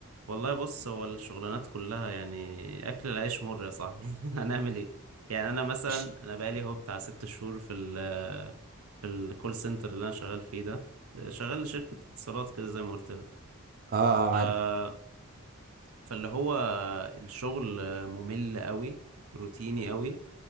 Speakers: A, on the right (about 90°); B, on the right (about 45°).
A: والله بص هو الشغلانات كلها يعني اكل العيش مر يا صاحبي <laughs> هنعمل ايه يعني انا مثلا
B: مش-
A: انا بقالي هو بتاع ست شهور في ال في الكول سنتر اللي انا شغال فيه ده شغال لشركة اتصالات كده زي ما قلت
B: اه اه
A: لك
B: عارف
A: فاللي هو الشغل ممل قوي روتيني قوي